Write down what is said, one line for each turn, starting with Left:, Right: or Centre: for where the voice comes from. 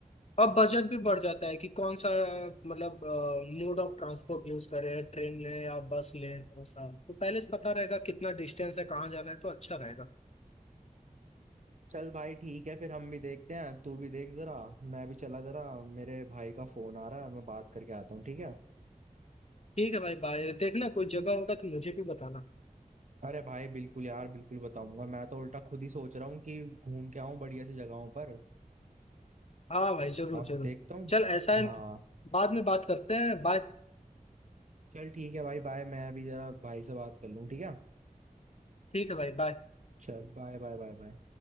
Left: अब बजट भी बढ़ जाता है कि कौन सा मतलब मोड ऑफ ट्रांसपोर्ट यूज करें ट्रेन लें या बस लें कौन सा तो पहले से पता रहेगा कितना डिस्टेंस है कहाँ जाना है तो अच्छा रहेगा
Right: चल भाई ठीक है फिर हम भी देखते हैं तू भी देख जरा मैं भी चला जरा मेरे भाई का फोन आ रहा है मैं बात करके आता हूँ ठीक है
Left: ठीक है भाई भाई देखना कोई जगह होगा तो मुझे भी बताना
Right: अरे भाई बिल्कुल यार बिल्कुल बताऊंगा मैं तो उल्टा खुद ही सोच रहा हूँ कि घूम के आऊँ बढ़िया सी जगहों पर
Left: हाँ भाई जरूर
Right: अब
Left: जरूर
Right: देखता हूँ
Left: चल ऐसा है
Right: हाँ
Left: बाद में बात करते हैं बाय
Right: चल ठीक है भाई बाय मैं अभी जरा भाई से बात कर लूँ ठीक है
Left: ठीक है भाई बाय
Right: चल बाय बाय बाय बाय